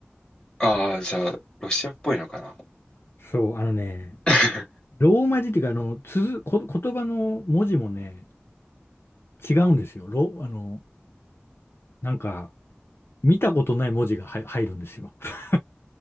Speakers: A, on the left; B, on the left.
A: ああー、じゃあ、ロシアっぽいのかな
B: そう、あのね、
A: <laughs>
B: ローマ字っていうか、あの、つづ、こ、言葉の文字もね、違うんですよ。ロ、あの、なんか、見たことない文字が入入るんですよ。<laughs>